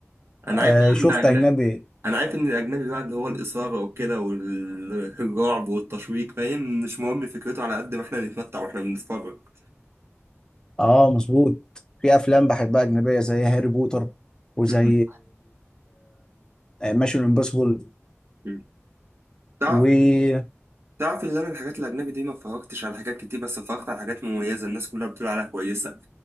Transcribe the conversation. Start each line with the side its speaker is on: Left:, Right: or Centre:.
Right: أنا
Left: آه
Right: عارف بقى إن
Left: شفت
Right: الأجنبي
Left: اجنبي
Right: أنا عارف إن الأجنبي بقى اللي هو الإثارة وكده والرعب والتشويق فاهم مش مهم فكرته على قد ما إحنا نتمتع وإحنا بنتفرج
Left: اه مظبوط في افلام بحبها اجنبيه زي هاري بوتر وزي
Right: مم.
Left: ميشن امبوسيبل
Right: مم. تعرف
Left: و
Right: تعرف ان انا الحاجات الاجنبي دي ما اتفرجتش على حاجات كتير بس اتفرجت على حاجات مميزه الناس كلها بتقول عليها كويسه